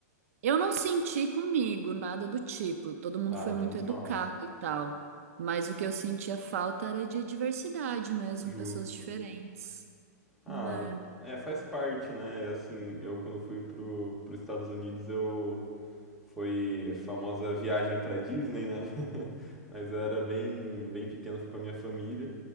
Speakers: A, on the right (about 55°); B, in the centre.
A: Eu não senti comigo nada do tipo, todo mundo
B: Ah,
A: foi
B: menos
A: muito educado
B: mal.
A: e tal. Mas o que eu sentia falta era de diversidade mesmo,
B: Justo.
A: pessoas diferentes.
B: Ah,
A: né?
B: é, faz parte, né? É Assim, eu quando fui pro, pros Estados Unidos, eu foi a famosa viagem pra Disney, né? mas eu era bem, bem pequeno, fui com a minha família.